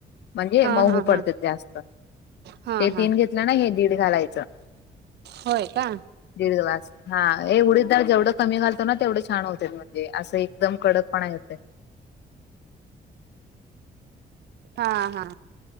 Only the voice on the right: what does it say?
हा
हा
हा
हा हा
होय का.
हा हा